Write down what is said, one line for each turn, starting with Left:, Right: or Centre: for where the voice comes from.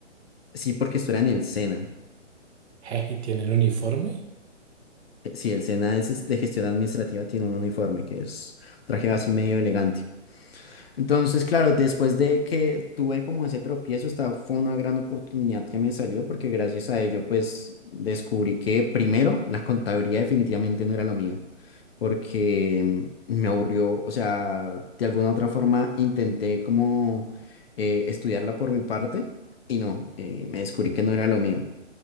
Left: Sí, porque esto era en el SENA.
Right: Je, ¿y tienen uniforme?
Left: Eh, Sí, el SENA es es de gestión administrativa, tiene un uniforme que es un traje así medio elegante. Entonces, claro, después de que tuve como ese tropiezo, esta fue una gran oportunidad que me salió porque gracias a ello, pues descubrí que primero la contabilidad definitivamente no era lo mío, porque mm, me aburrió, o sea, de alguna u otra forma intenté como eh, estudiarla por mi parte y no, eh, me descubrí que no era lo mío.